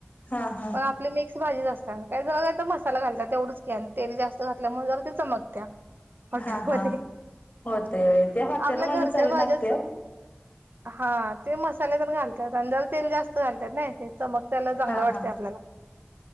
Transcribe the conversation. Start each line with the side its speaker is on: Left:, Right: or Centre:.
Left: हा हा.
Right: पण आपली मिक्स भाजी असतात काही जरा काय मसाला घातात तेवढंच क आणि तेल जास्त घातल्यामुळे जर ते चमकत्या. हॉटेलमध्ये
Left: हा हा होते व ते हॉटेल
Right: आपल्या घरच्या
Left: मधले चवी
Right: भाज्याच
Left: लागते वो
Right: हा ते मसाले ते घालतात आणि जर तेल जास्त घालतात ना ते चमक त्याला चांगलं
Left: हा
Right: वाटते
Left: हा
Right: आपल्याला